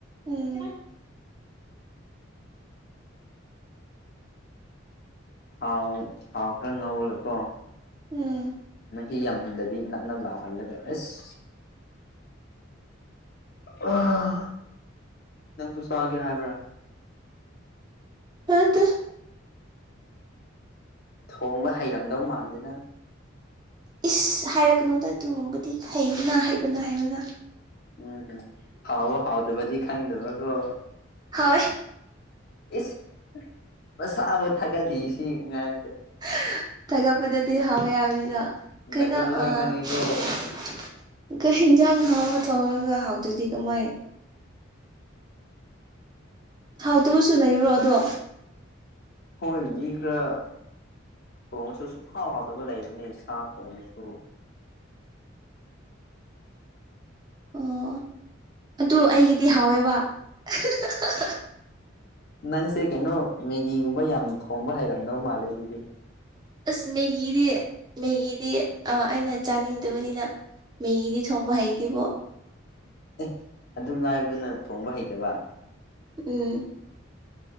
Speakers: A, on the right; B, on the left.
A: ꯎꯨꯝ
B: ꯊꯥꯎ ꯊꯥꯎ ꯈꯔ ꯉꯧꯔꯒꯀꯣ
A: ꯎꯨꯝ
B: ꯃꯍꯤ ꯌꯥꯝꯍꯟꯗꯕꯤ ꯅꯞ ꯅꯞ ꯂꯥꯎꯍꯜꯂꯒ ꯑꯁ ꯑꯥ ꯑꯥꯍ ꯅꯪꯁꯨ ꯆꯥꯒꯦ ꯍꯥꯏꯕ꯭ꯔ
A: ꯑꯥꯇꯦ
B: ꯊꯣꯡꯕ ꯍꯩꯔꯝꯗꯧ ꯃꯥꯟꯗꯦꯗ
A: ꯏꯁ ꯍꯥꯏꯔꯛꯀꯅꯣꯗ ꯑꯗꯨꯒꯨꯝꯕꯗꯤ ꯍꯩꯕꯅ ꯍꯩꯕꯅ ꯍꯩꯕꯅ
B: ꯎꯝ ꯎꯝ ꯍꯥꯎꯕ ꯍꯥꯎꯗꯕꯗꯤ ꯈꯪꯗꯕꯒꯣ
A: ꯍꯣꯏ
B: ꯏꯁ ꯃꯁꯥꯥꯕꯣ ꯊꯥꯒꯠꯂꯤ ꯁꯤ ꯑꯉꯥꯡꯁꯦ
A: ꯍꯥ ꯊꯥꯒꯠꯄꯗꯗꯤ ꯍꯥꯎꯋꯦ ꯍꯥꯏꯕꯅꯤꯗ ꯀꯩꯅꯣ
B: ꯅꯒꯨꯟ ꯂꯣꯏ
A: ꯑꯥ
B: ꯈꯪꯉꯤꯀꯣ
A: <inaudible> ꯀꯩ ꯍꯤꯟꯖꯥꯡ ꯍꯥꯎꯕ ꯊꯣꯡꯔꯒ ꯍꯥꯎꯇ꯭ꯔꯗꯤ ꯀꯃꯥꯏꯟ ꯍꯥꯎꯇꯕꯁꯨ ꯂꯩꯕ꯭ꯔꯣ ꯑꯗꯣ
B: ꯍꯣꯏ ꯃꯤ ꯈꯔ ꯊꯣꯡꯉꯁꯨ ꯁꯨꯛꯍꯥꯎ ꯍꯥꯎꯇꯕ ꯂꯩꯕꯅꯦ ꯁꯥ ꯊꯣꯡꯉꯁꯨ
A: ꯑꯣ ꯑꯗꯨ ꯑꯩꯒꯤꯗꯤ ꯍꯥꯎꯋꯦꯕ ꯑꯍꯥ ꯍꯥ ꯍꯥ
B: ꯅꯪꯁꯦ ꯀꯩꯅꯣ ꯃꯦꯒꯤꯒꯨꯝꯕ ꯌꯥꯝ ꯊꯣꯡꯕ ꯍꯩꯔꯝꯗꯧ ꯃꯥꯜꯂꯦ ꯑꯗꯨꯗꯤ
A: ꯑꯥꯁ ꯃꯦꯒꯤꯗꯤ ꯃꯦꯒꯤꯗꯤ ꯑꯥ ꯑꯩꯅ ꯆꯥꯅꯤꯡꯇꯕꯅꯤꯅ ꯃꯦꯒꯤꯗꯤ ꯊꯣꯡꯕ ꯍꯩꯇꯦꯕꯣ
B: ꯑꯦ ꯑꯗꯨꯝ ꯂꯥꯏꯕꯗꯨꯅ ꯊꯣꯡꯕ ꯍꯩꯇꯕ
A: ꯎꯝ